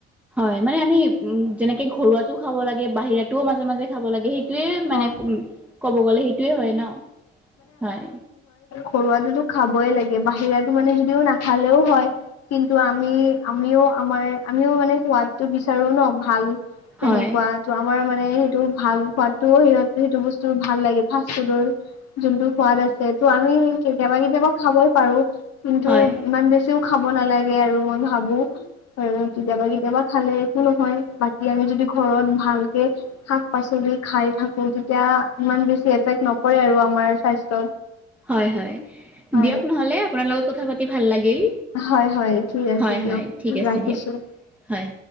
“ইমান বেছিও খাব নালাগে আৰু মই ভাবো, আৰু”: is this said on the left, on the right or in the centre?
Left